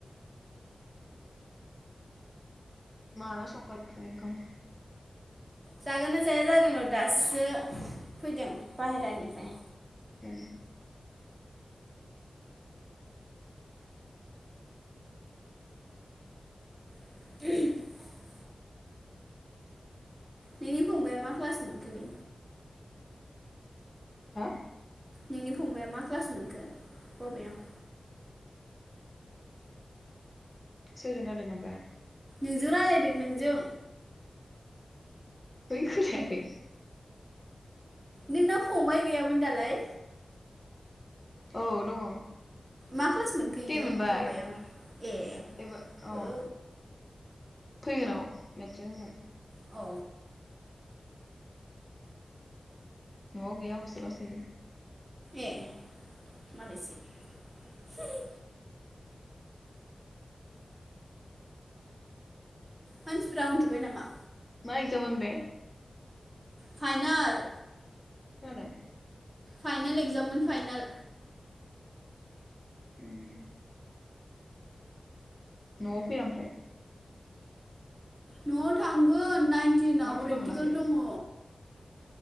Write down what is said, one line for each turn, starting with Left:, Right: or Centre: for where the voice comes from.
Left: माला संगोन ओमफ्राय ओंखामखौ?
Right: जागोन ना जाया जादोंल' दासो फैदों बाहेरानिफ्राय।
Left: ओ।
Right: <unintelligible> नोंनि फंबाया मा क्लास मोनखोलै?
Left: हो?
Right: नोंनि फंबाया मा क्लास मोनखो बबेयाव?
Left: सोरजों रायलायदोंब्रा?
Right: नोंजों रायज्लायदों नोंजों।
Left: है खोनायाखै।
Right: नोंना फंबाय गैयामोन दालाय?
Left: औ दङ।
Right: मा क्लास मोनखो इयो
Left: टेन मोनबाय
Right: बावबाय आं ए
Left: एबार अ
Right: औ।
Left: फैगोनाव मेट्रिक होगोन।
Right: औ।
Left: न'आव गैया हसटेलावसो थायो
Right: ए मालायसो <unintelligible> मानसिफ्रा उन्दुबाय नामा?
Left: मा एकजाम मोन बे?
Right: फाइनाल
Left: खोनादों?
Right: फाइनल एक्जाममोन
Left: ए
Right: फाइनाल
Left: उम न'आव फैया ओमफ्राय
Right: न'आव थांगोन नाइन टिनाव
Left: ना बन्द'
Right: प्रेक्टिकेल
Left: मोनाखै
Right: दङ